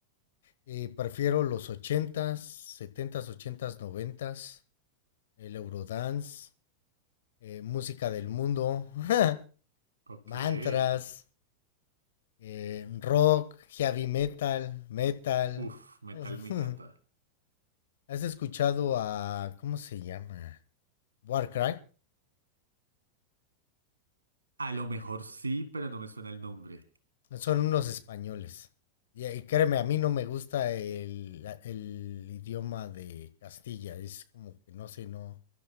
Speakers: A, on the left (about 60°); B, on the right (about 75°).
A: Y prefiero los ochentas setentas ochentas noventas el Eurodance, eh, música del mundo, <laughs>
B: Ok,
A: mantras,
B: ok.
A: eh, rock, heavy metal, metal.
B: Uf, metal
A: <laughs>
B: me encanta.
A: ¿Has escuchado a, ¿cómo se llama? Warcry.
B: A lo mejor sí, pero no me suena el nombre.
A: Son unos españoles. Y, eh, y créeme, a mí no me gusta el, la- el idioma de Castilla. Es como que no sé, no,